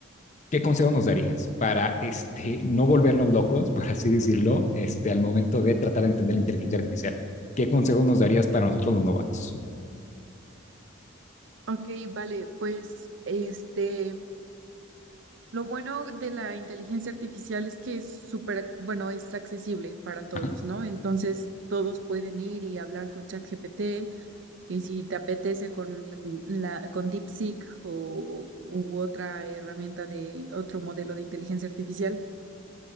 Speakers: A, on the left; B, on the right.
A: ¿qué consejo nos darías para, este, no volvernos locos, por así decirlo, este, al momento de tratar de entender la inteligencia artificial? ¿Qué consejos nos darías para nosotros los novatos?
B: Ok, vale, pues este, lo bueno de la inteligencia artificial es que es súper, ac- bueno, es accesible para todos,
A: Ajá.
B: ¿no? Entonces, todos pueden ir y hablar con ChatGPT y si te apetece con la, la- con DeepSeek o, u otra herramienta de otro modelo de inteligencia artificial